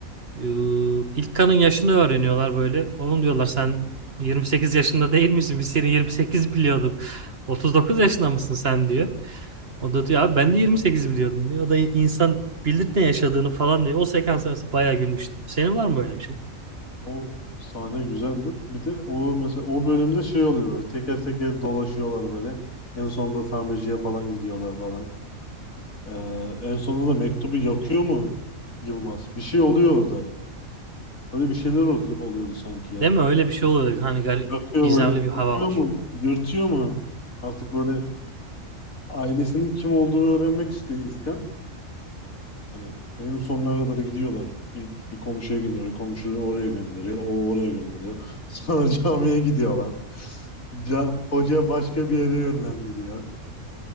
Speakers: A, on the right; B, on the left.
A: İlk İlkan'ın yaşını öğreniyorlar böyle. Oğlum diyorlar sen 28 yaşında değil misin? Biz seni 28 biliyorduk. 39 yaşında mısın sen diyor. O da diyor abi ben de 28 biliyordum diyor. O da insan bilir ne yaşadığını falan diyor. O sekans arası bayağı gülmüştüm. Senin var mı böyle bir şey?
B: O sahne güzeldir. Bir de o mesela o bölümde şey oluyor böyle teker teker dolaşıyorlar böyle. En sonunda tamirciye falan gidiyorlar falan. E, en sonunda da mektubu yakıyor mu Yılmaz? Bir şey oluyor orada. Öyle bir şeyler oldu, oluyordu sanki ya.
A: Değil mi? Öyle bir şey oluyor. Hani gar-
B: Yakıyor
A: gizemli
B: böyle.
A: bir hava
B: Yakıyor
A: var.
B: mu? Yırtıyor mu? Artık böyle ailesinin kim olduğunu öğrenmek istiyor İlkan. Hani en sonuna kadar gidiyorlar. İlk bir komşuya gidiyorlar. Komşuyu oraya gönderiyor. O oraya gönderiyor. <laughs> Sonra camiye gidiyorlar. Ca hoca başka bir yere yönlendiriyor.